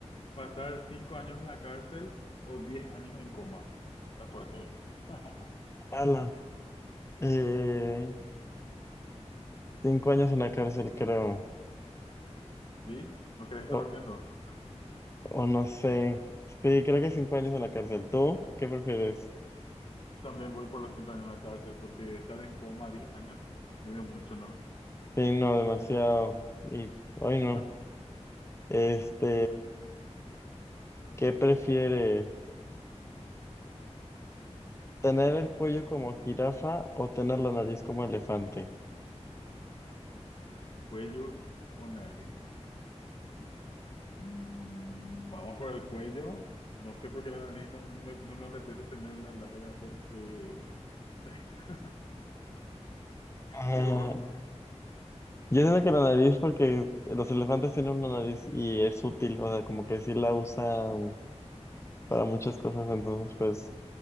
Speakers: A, on the left (about 50°); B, on the left (about 25°).
A: ¿Pasar cinco años en la cárcel o diez años en coma? Está fuerte. <laughs>
B: Ala. Eh, cinco años en la cárcel, creo.
A: ¿Sí? ¿No querés
B: O,
A: estar durmiendo?
B: o no sé. Sí, creo que cinco años en la cárcel. ¿Tú qué prefieres?
A: También voy por los cinco años en la cárcel porque estar en coma 10 años, medio mucho, ¿no?
B: Sí, no, demasiado. Y, ay, no.
A: <laughs>
B: Este, ¿qué prefieres? ¿Tener el cuello como jirafa o tener la nariz como elefante?
A: ¿Cuello o nariz? Mm, vamos por el cuello. No sé por qué la nariz no, no me, no me apetece tenerla larga porque... sé. <laughs>
B: <laughs>
A: Y vos,
B: Yo siento que la nariz, porque los elefantes tienen una nariz y es útil, o sea, como que sí la usan para muchas cosas, entonces pues